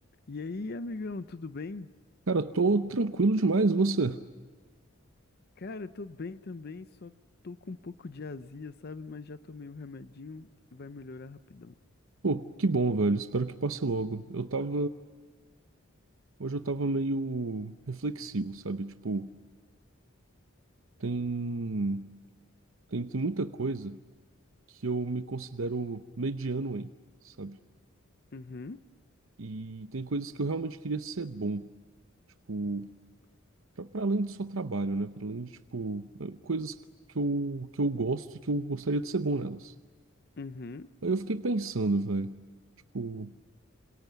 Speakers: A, on the left; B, on the right.
A: E aí, amigão, tudo bem?
B: Cara, eu tô tranquilo demais, e você?
A: Cara, eu tô bem também, só tô com um pouco de azia, sabe? Mas já tomei o remedinho, vai melhorar rapidão.
B: Pô, que bom, velho. Espero que passe logo. Eu tava. Hoje eu tava meio reflexivo, sabe? Tipo, tem. Tem, tem muita coisa que eu me considero mediano em, sabe?
A: Uhum,
B: E tem coisas que eu realmente queria ser bom. Tipo, pra, pra além do só trabalho, né? Pra além de, tipo, coisas que eu, que eu gosto e que eu gostaria de ser bom nelas.
A: uhum.
B: Aí eu fiquei pensando, velho. Tipo,